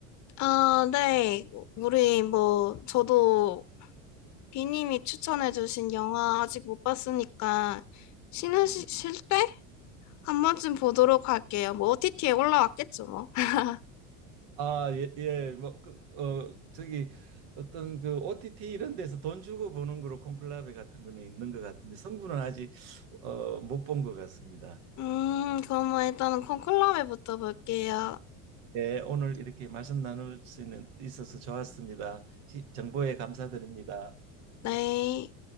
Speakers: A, on the left (about 45°); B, on the right (about 70°).
A: 아, 네. 우리 뭐 저도 비님이 추천해주신 영화 아직 못 봤으니까 쉬는
B: 음.
A: 시, 쉴때 한 번쯤 보도록 할게요. 뭐 OTT에 올라왔겠죠, 뭐. <laughs>
B: 아, 예, 예. 뭐, 그, 어, 저기 어떤 그 OTT 이런 데서 돈 주고 보는 거로 콘클라베 같은 거는 있는 것 같은데 성분은 아직 어, 못 본 것 같습니다.
A: 음, 그럼 뭐 일단은 콘클라베부터 볼게요.
B: 예, 오늘 이렇게 말씀 나눌 수 있는 있어서 좋았습니다. 지- 정보에 감사드립니다.
A: 네.